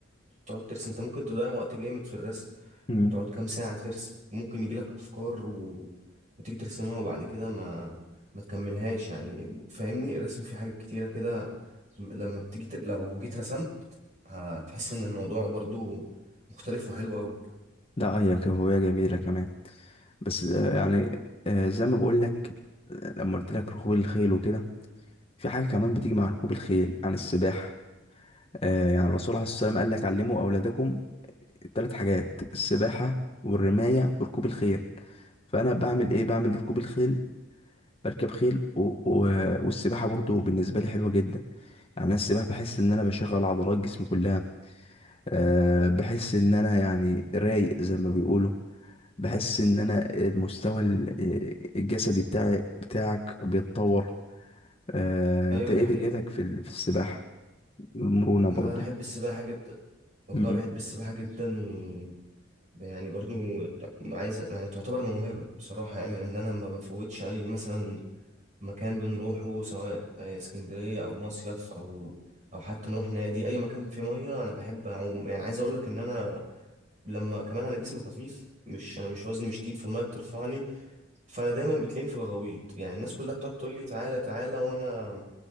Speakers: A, on the right; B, on the left.
A: تقعد ترسم انت ممكن تضيع وقت جامد في الرسم
B: امم
A: تقعد كام ساعة ترسم ممكن يجيلك أفكار و... وتيجي ترسمها وبعد كده ما ما تكملهاش يعني فاهمني الرسم فيه حاجات كتيرة كده لما بتيجي ت... لو جيت رسمت هتحس إن الموضوع برضو مختلف وحلو أوي
B: لا هي كهواية جميلة كمان بس آه، يعني آه، زي ما بقول لك لما قلت لك ركوب الخيل وكده في حاجة كمان بتيجي مع ركوب الخيل يعني السباحة آه، يعني الرسول عليه الصلاة والسلام قال لك علموا أولادكم الثلاث حاجات السباحة والرماية وركوب الخيل فأنا بعمل إيه بعمل ركوب الخيل بركب خيل و... و... والسباحة برضو بالنسبة لي حلوة جدا يعني أنا السباحة بحس إن أنا بشغل عضلات جسمي كلها أه بحس إن أنا يعني رايق زي ما بيقولوا بحس إن أنا المستوى ال- آه، الجسدي بتاعي بتاعك بيتطور أه
A: أيوة
B: أنت إيه
A: دي حقيقة
B: دنيتك في ال... في السباحة المرونة
A: أنا
B: برضو
A: بحب السباحة جدا والله
B: مم.
A: بحب السباحة جدا و يعني برضو عايز يعني تعتبر موهبة بصراحة يعني لأن أنا ما بفوتش أي مثلا مكان بنروحه سواء آه، اسكندرية أو مصيف أو أو حتى نروح نادي أي مكان فيه مية أنا بحب أعوم يعني عايز أقولك إن أنا لما كمان أنا جسمي خفيف مش أنا مش وزني مش تقيل فالمية بترفعني فأنا دايما بتلاقيني في الغويط يعني الناس كلها بتقعد تقول لي تعالى تعالى وأنا